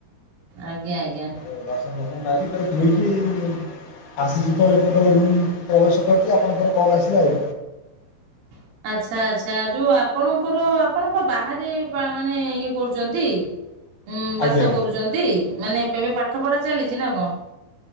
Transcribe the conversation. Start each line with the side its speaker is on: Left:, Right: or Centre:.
Right: ଆଜ୍ଞା ଆଜ୍ଞା।
Left: ଏ ବାସନ ଫାସନ ମାଜିକି ତାକୁ ଧୋଇକି ଆସିଛି ତ ଏପଟେ ରୁମ୍ କୁ ପ୍ରବେଶ କରୁଛି ଆପଣଙ୍କର କଲ୍ ଆସିଲା ଆଉ
Right: <unintelligible> ଆଛା ଆଛା ଯୋଉଁ ଆପଣଙ୍କର ଆପଣ ବାହାରେ ମାନେ ଇଏ କରୁଛନ୍ତି। ହୁଁ ବାସ
Left: ଆଜ୍ଞା
Right: କରୁଛନ୍ତି। ମାନେ ଏବେ ପାଠ ପଢା ଚାଲିଛି ନା କଣ?